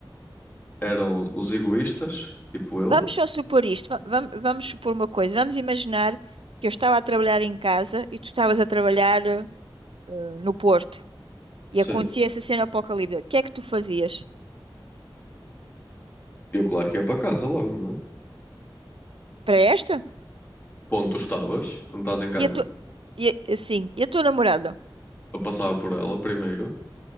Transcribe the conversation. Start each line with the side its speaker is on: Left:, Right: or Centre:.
Left: eram os egoístas, tipo eu.
Right: Vamos só supor isto, va- vam- vamos, supor uma coisa. Vamos imaginar que eu estava a trabalhar em casa e tu estavas a trabalhar eh, eh, no Porto. e
Left: Sim.
Right: acontecia essa cena apocalíptica, o que é que tu fazias?
Left: Eu, claro que ia para casa logo, não é?
Right: Para esta?
Left: Ponto, tu estavas, tu não estás em casa.
Right: E a tua, e, a- assim, e a tua namorada?
Left: Eu passava por ela primeiro.